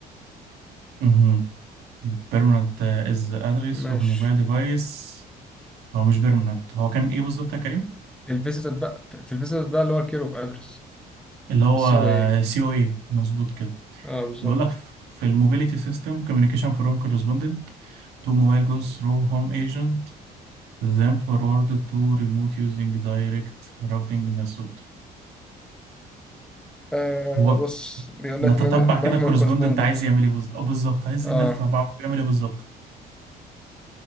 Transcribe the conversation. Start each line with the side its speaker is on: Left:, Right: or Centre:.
Right: اها permanent is the address
Centre: ماشي
Right: of mobile device هو مش permanent هو كان ايه بالظبط يا كريم
Centre: في الفيزيتد بقى في الفيزيتد بقى اللي هو الكير اوف ادرس
Right: اللي هو
Centre: السي او اي
Right: سي او اي مظبوط كده
Centre: اه بالظبط
Right: بقول لك في الموبيليتي سيستم communication from correspondent to mobile goes through home agent then forwarded to remote using direct routing method
Centre: آه
Right: هو
Centre: بص بيقول
Right: نتتبع
Centre: لك من
Right: كده
Centre: راح
Right: الكورسبوندنت
Centre: من الكورسبوندنت
Right: عايز يعمل ايه بالظ- آه بالظبط عايز
Centre: اه
Right: إن نتتبع هو بيعمل ايه بالظبط